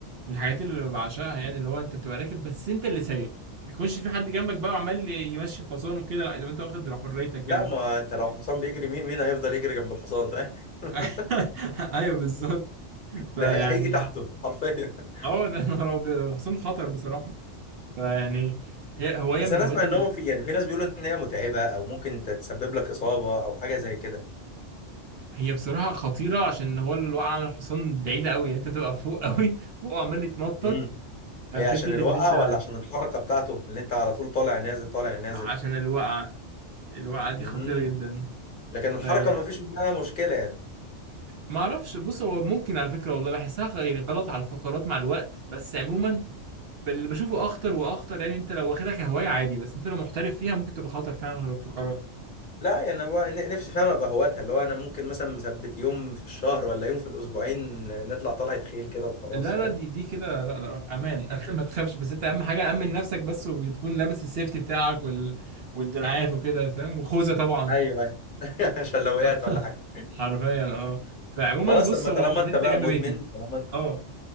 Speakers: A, on the right; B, on the left.
A: من الحاجات اللي بعشقها يعني اللي هو انت بتبقى راكب بس انت اللي سايق ما يكونش في حد جنبك بقى وعمال يمشي الحصان وكده لا يبقى انت واخد حريتك
B: لا
A: يعني
B: ما انت لو حصان بيجري مين مين هيفضل يجري جنب الحصان فاهم <laughs>
A: <laughs> ايوه بالظبط
B: ده
A: فيعني
B: هي- هيجي تحته حرفيا <laughs>
A: اه ده نهار ابيض الحصان خطر بصراحه فيعني هي هوايه
B: بس
A: من
B: انا
A: الهوايات
B: اسمع ان
A: ال...
B: هو في يعني في ناس بيقولوا ان هي متعبه او ممكن تتسبب لك اصابه او حاجه زي كده
A: هي بصراحه خطيره عشان هو الوقعه من الحصان بعيده قوي يعني انت تبقى فوق <laughs> قوي وهو عمال يتنطط
B: امم
A: فكره
B: هي عشان الوقعة
A: ان انت
B: ولا عشان الحركة بتاعته اللي انت على طول طالع نازل طالع نازل
A: عشان الوقعه الوقعه دي
B: امم
A: خطيره جدا
B: لكن الحركة
A: فيعني
B: ما فيش منها مشكلة يعني
A: ما اعرفش بص هو ممكن على فكره والله بحسها غ- يعني غلط على الفقرات مع الوقت بس عموما اللي بشوفه اخطر واخطر يعني انت لو واخدها كهوايه عادي بس انت لو محترف فيها ممكن تبقى خطر فعلا على الفقرات
B: لا يعني انا بقى ن- نفسي فاهم ابقى هواتها اللي هو انا ممكن مثلا مثبت يوم في الشهر ولا يوم في الاسبوعين نطلع طلعة خيل كده وخلاص
A: لا
B: فاهم
A: لا دي دي كده لا لا امان <laughs> امان ما تخافش بس انت اهم حاجه امن نفسك بس وتكون لابس السيفتي بتاعك وال... والدراعات وكده فاهم وخوذه طبعا
B: ايوه ايوه <laughs> عشان لو
A: <laughs>
B: وقعت ولا حاجة
A: حرفيا اه فعموما
B: خلاص
A: بص
B: طب ما
A: هو
B: طالما
A: النادي
B: انت بقى
A: ده جنب
B: مدمن
A: بيتي
B: طالما انت
A: اه